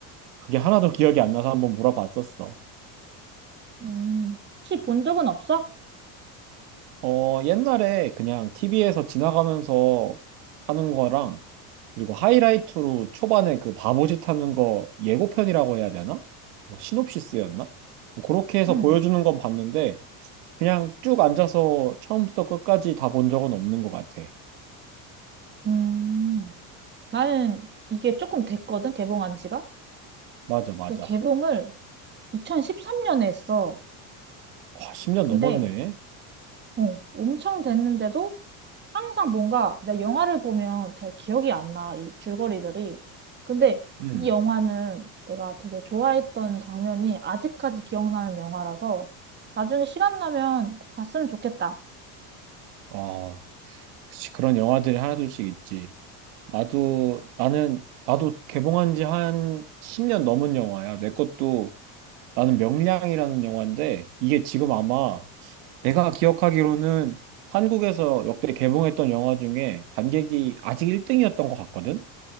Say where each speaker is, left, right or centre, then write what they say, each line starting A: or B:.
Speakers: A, on the right (about 85°); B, on the right (about 25°).
A: 그게 하나도 기억이 안 나서 한번 물어봤었어.
B: 음, 혹시 본 적은 없어?
A: 어 옛날에 그냥 TV에서 지나가면서 하는 거랑 그리고 하이라이트로 초반에 그 바보짓 하는 거 예고편이라고 해야 되나? 뭐 시놉시스였나? 뭐 그렇게 해서
B: 응.
A: 보여주는 건 봤는데 그냥 쭉 앉아서 처음부터 끝까지 다 본 적은 없는 것 같아.
B: 음. 나는 이게 조금 됐거든, 개봉한 지가.
A: 맞아, 맞아.
B: 근데 개봉을 2013년에 했어.
A: 와, 10년
B: 근데,
A: 넘었네.
B: 어, 엄청 됐는데도 항상 뭔가 내 영화를 보면 잘 기억이 안 나, 이 줄거리들이. 근데
A: 음.
B: 이 영화는 내가 되게 좋아했던 장면이 아직까지 기억나는 영화라서 나중에 시간 나면 봤으면 좋겠다.
A: 아, 그치. 그런 영화들이 하나둘씩 있지. 나도, 나는, 나도 개봉한 지 한 10년 넘은 영화야. 내 것도, 나는 명량이라는 영화인데, 이게 지금 아마 내가 기억하기로는 한국에서 역대 개봉했던 영화 중에 관객이 아직 1등이었던 것 같거든?